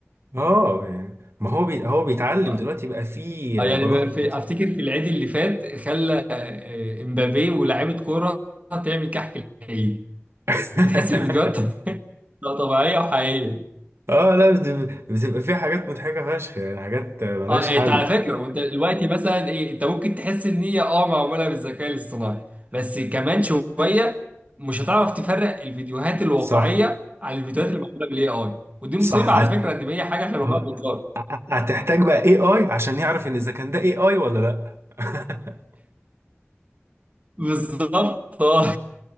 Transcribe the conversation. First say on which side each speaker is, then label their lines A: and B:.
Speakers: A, on the right; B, on the right.
A: اه يعني ما هو بي... هو بيتعلم
B: اه
A: دلوقتي بقى فيه
B: آه، يعني
A: برامج كتير
B: في أفتكر في العيد اللي فات خلى آه، آه، امبابي ولاعيبة كورة تعمل كحك العيد
A: <laughs>
B: بتحس الفيديوهات <laughs> لا طبيعية وحقيقية
A: اه لا بت- بتبقى فيه حاجات مضحكة فشخ يعني حاجات ملهاش
B: اه إيه،
A: حل
B: انت على فكره وانت دلوقتي مثلا ايه انت ممكن تحس ان هي اه معموله بالذكاء الاصطناعي بس كمان شويه مش هتعرف تفرق الفيديوهات الواقعيه
A: صح
B: عن الفيديوهات اللي معموله بالاي اي ودي
A: صح
B: مصيبه على
A: هت...
B: فكره ان هي حاجه احنا بنقولها
A: آه.
B: بالظبط
A: هتحتاج بقى اي اي عشان يعرف ان اذا كان ده اي اي ولا لا <laughs>
B: بالظبط اه